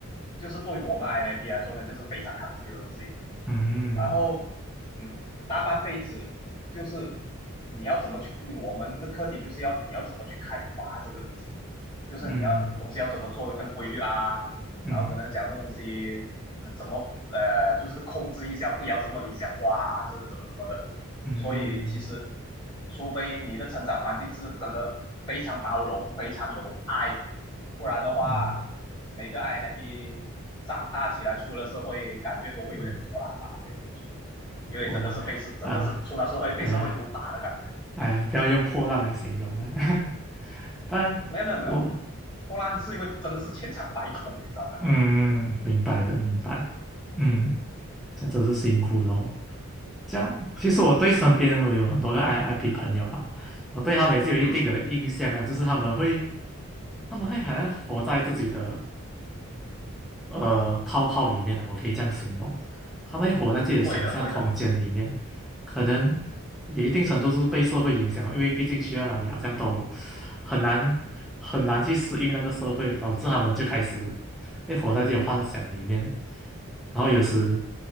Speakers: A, on the left; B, in the centre.
A: 就是对我们 INB 来说呢，就是非常抗拒的东西，
B: 嗯
A: 然后嗯，大半辈子就是你要怎么去，我们的课题就是要你要怎么去开发这个东西，就是你要你东西要怎么做的更规律啊，
B: 嗯嗯
A: 然后跟他讲的东西、呃怎么呃就是控制一下，不要这么理想化啊，这是怎么怎么的。
B: 嗯
A: 所以其实，除非你的成长环境是真的非常包容、非常有爱，不然的话，
B: 嗯
A: 每个 INFP 长大起来出了社会，感觉都会有点破烂吧，
B: 嗯，
A: 可以这么说。因为真的是被社，
B: 破烂啊，
A: 真的是出了社会被社会毒打的感觉。
B: 哎呀哎呀，不要用破烂来形容了，<laughs> 但我
A: 没有没有没有，破烂是因为真的是千疮百孔，你知道没
B: 嗯，明白的，明白，嗯。这真是辛苦了哦。这样，其实我对身边我有很多个 I IP 朋友嘛，我对他们也是有一定的印象的，
A: 有？嗯，
B: 就是他们会，他们会好像活在自己的呃泡泡里面啊，我可以这样形容，他们活在自己的想象空间里面，
A: 会的会的。
B: 可能也一定程度是被社会影响，因为毕竟去到哪里好像都很难很难去适应那个社会，导致他们就开始会活在自己的幻想里面，然后有时